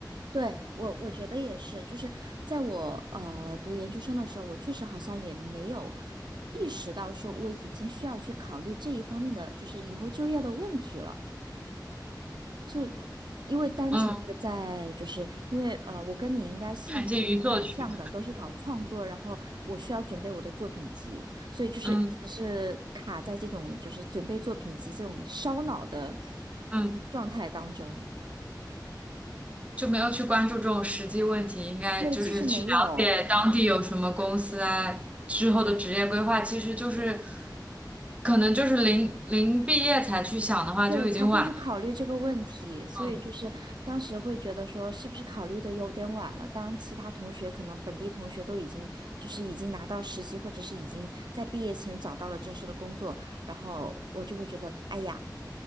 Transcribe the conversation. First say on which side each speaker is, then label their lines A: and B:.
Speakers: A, on the right; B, on the right.
A: 对，我我觉得也是，就是在我呃读研究生的时候，我确实好像也没有意识到说我已经需要去考虑这一方面的，就是以后就业的问题了。就因为单纯的在，
B: 嗯，
A: 就是因为呃，我跟你应该兴趣也蛮像的，
B: 产生于作曲，
A: 都是搞创作，然后我需要准备我的作品集，所以就是一直是卡在这种就是准备作品集这种烧脑的
B: 嗯嗯。
A: 状态当中。
B: 就没有去关注这种实际问题，应该就是去了解当地有什么公司啊，
A: 对，就是没有。
B: 之后的职业规划，其实就是可能就是临临毕业才去想的话，
A: 对，
B: 就已经晚了。
A: 才会去考虑这个问题，所以就是当时会觉得说，
B: 嗯，
A: 是不是考虑的有点晚了？当其他同学可能本地同学都已经就是已经拿到实习，或者是已经在毕业前找到了正式的工作，然后我就会觉得，哎呀，